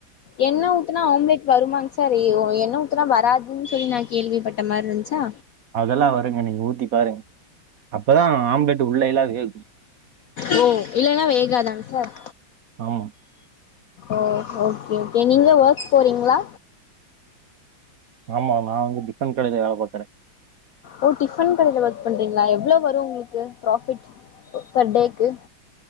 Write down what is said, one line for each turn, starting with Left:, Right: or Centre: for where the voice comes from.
Left: என்ன ஊத்தனா ஆம்லெட் வருமாங் சார் என்ன ஊத்தனா வராதுன்னு சொல்லி நான் கேள்விப்பட்டேன் <unintelligible> மாரி இருந்துச்சா
Right: அதெல்லாம் வருங்க நீங்க ஊத்தி பாருங்க அப்பதான் ஆம்லெட் உள்ளயெல்லாம் வேகும்.
Left: ஓ இல்லன்னா வேகாதாங் சார்
Right: ஆமா,
Left: ஓ ஓகே ஓகே நீங்க ஒர்க் போறீங்களா
Right: ஆமா நானு டிபன் கடைல வேலை பாக்கற
Left: ஓ டிஃபன் கடையில ஒர்க் பண்றீங்களா எவ்வளோ வரும் உங்களுக்கு பராபிட் பெர் டேக்கு